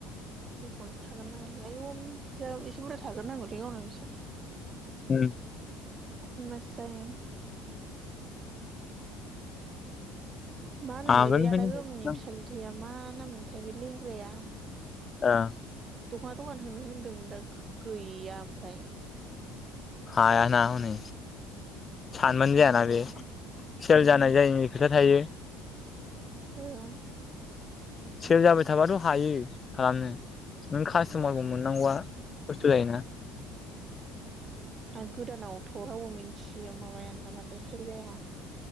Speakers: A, on the right (about 35°); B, on the left (about 30°).
A: बेसेबांसो थाग्रोनांगोन आयु फैसा एसे बुरजा थाग्रोनांगौलै गावनाव एसे
B: ओम
A: होनबासो जायो। मा होनोमोनलाय
B: आगोलनिफ्रायनो
A: बे आदा गोग्गोमनि बिसालथेया मा नाम मोनथाय बे लेंग्राया
B: ओं।
A: दख'ना दखान होनो होनदोंमोन दा गैया ओमफाय।
B: हाया ना हनै। सानबानो
A: हाया
B: जायाना बे सेल
A: उम
B: जानाय जायैनि खोथा थायो।
A: औ।
B: सेल जाबाय थाबाथ' हायो खालामनो। नों कास्ट'मारखौ मोननांगौआ खस्थ' जायोना?
A: आरो गोदानावथ' रावबो मिथियो माबाय ना बांद्राय सेल जाया।